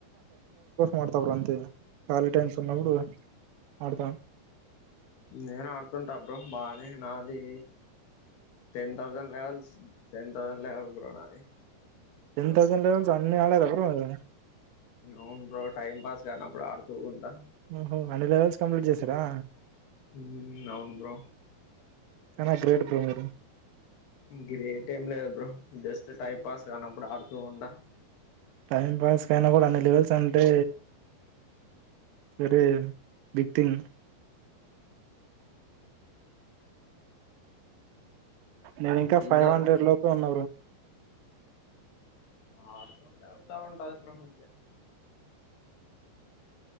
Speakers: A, on the right (about 80°); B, on the left (about 65°).
A: ఆడత బ్రో అంతే కాలి టైమ్స్ ఉన్నప్పుడు ఆడత
B: నేను ఆడుతుంటా బ్రో బానే నాది ten thousand levels ten thousand level bro నాది
A: టెన్ థౌసండ్ లెవెల్స్ అన్ని ఆడారా బ్రో మీరు
B: అవును బ్రో టైం పాస్ కానప్పుడు ఆడుతూ ఉంటా
A: ఓహో అంట లెవెల్స్ కంప్లీట్ చేశారా
B: ఉ అవును బ్ర
A: కనా గ్రేట్ బ
B: గ్రేట్ ఏం లేదద్రు జస్ట్ టైమ్ పాస్ కానప్పు ఆడు తోడా
A: టైం పాస్ కయినా కూడా అన్ని లెవెల్స్ అంటే వెరీ బిగ్ థింగ్ నేను ఇంకా
B: ఇంతవరకు
A: ఫైవ్ హండ్రెడ్ లోప ఉన్న
B: ఆ అడుతోండ అవుతాను ఉంట అది ప్రహంచ